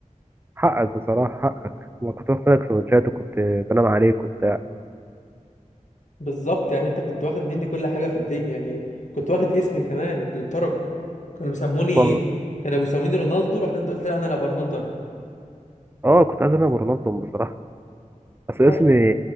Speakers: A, on the right (about 15°); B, on the left (about 60°).
A: حقك بصراحة حقك ما كنت باخد لك سندوتشات وكنت بنام عليك وبتاع
B: بالظبط يعني انت كنت واخد مني كل حاجه في الدنيا يعني كنت واخد اسمي كمان للدرجه كانوا بيسموني
A: ما-
B: كانوا بيسموني رونالدو رحت انت قلت لا انا لا ابقى رونالدو انا
A: اه كنت عايز انام رونالدو بصراحة بس
B: لا
A: اسمي
B: يا